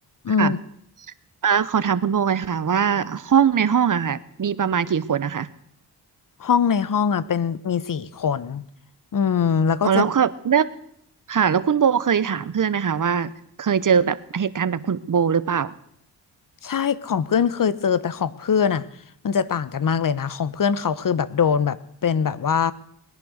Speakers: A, on the left; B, on the right.
A: อืม
B: ค่ะอ่าขอถามคุณโบกันค่ะว่าห้องในห้องอะค่ะมีประมาณกี่คนนะคะ
A: ห้องในห้องอะเป็นมีสี่คน อืม แล้วก็จะ
B: อ๋อแล้วก็เลือกค่ะแล้วคุณโบเคยถามเพื่อนไหมคะว่าเคยเจอแบบเหตุการณ์แบบคุณโบหรือเปล่า
A: ใช่ของเพื่อนเคยเจอแต่ของเพื่อนอ่ะมันจะต่างกันมากเลยนะของเพื่อนเขาคือแบบโดนแบบเป็นแบบว่า